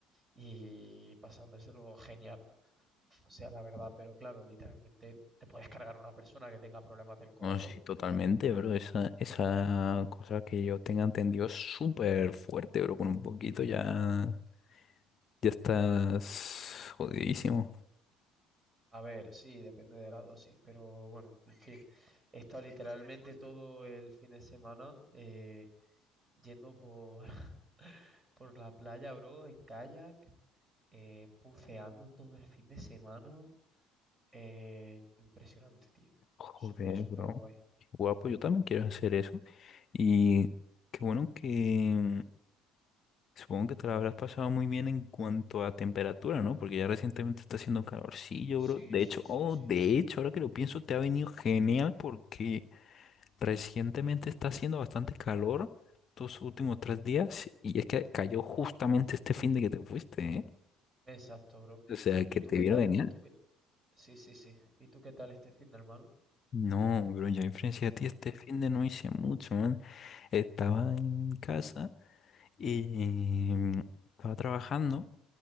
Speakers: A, on the right (about 20°); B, on the left (about 40°).
A: y pasándoselo genial. O sea, la verdad, pero claro, literalmente te puedes cargar a una persona que tenga problemas del corazón.
B: No, sí, totalmente, bro. Esa, esa cosa que yo tenga entendido es súper fuerte, bro. Con un poquito ya, ya estás jodidísimo.
A: A ver, sí, depende de la dosis, pero bueno, en fin. He estado literalmente todo el fin de semana eh, yendo por, <laughs> por la playa, bro, en kayak, eh, buceando todo el fin de semana. Eh, impresionante, tío.
B: Joder,
A: Súper, súper
B: bro.
A: guay.
B: Qué guapo, yo también quiero hacer eso. Y qué bueno que supongo que te la habrás pasado muy bien en cuanto a temperatura, ¿no? Porque ya recientemente está haciendo calorcillo, bro.
A: Sí,
B: De
A: sí,
B: hecho,
A: sí,
B: oh,
A: sí,
B: de
A: sí.
B: hecho, ahora que lo pienso, te ha venido genial porque Recientemente está haciendo bastante calor estos últimos tres días y es que cayó justamente este fin de que te fuiste, ¿eh?
A: Exacto, bro.
B: O sea, que
A: ¿Y tú
B: te
A: qué
B: vieron
A: tal?
B: venir.
A: ¿Tú qué Sí, sí, sí. ¿Y tú qué tal este fin de hermano?
B: No, pero yo en frente a ti este fin de no hice mucho, man. Estaba en casa y mm, estaba trabajando